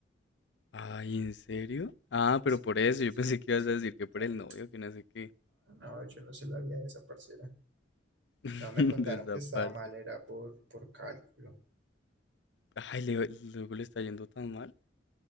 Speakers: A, on the left; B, on the right.
A: Ay, ¿en serio? Ah, pero
B: Sí,
A: por eso,
B: eso,
A: yo pensé que ibas
B: eso
A: a decir
B: me contaron.
A: que por el novio, que no sé qué.
B: Ah, No, yo no se la había de esa parcera.
A: <laughs>
B: No, me contaron
A: Desaparece.
B: que estaba mal, era por, por cálculo.
A: Ay, Leo, luego le está yendo tan mal.